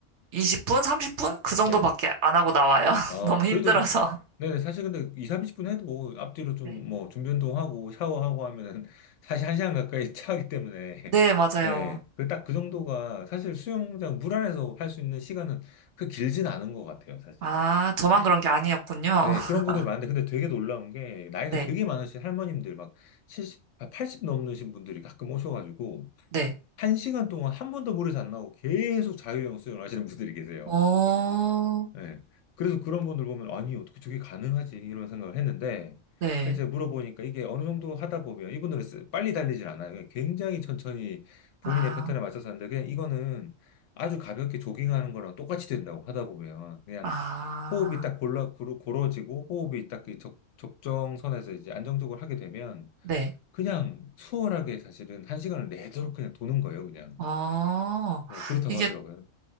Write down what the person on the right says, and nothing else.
20분, 30분 그 정도밖에
안 하고 나와요.
<laughs> 너무 힘들어서.
네.
네,
맞아요.
아, 저만
그런 게 아니었군요.
<laughs>
네,
네.
어,
네.
아,
아,
네.
어,
이게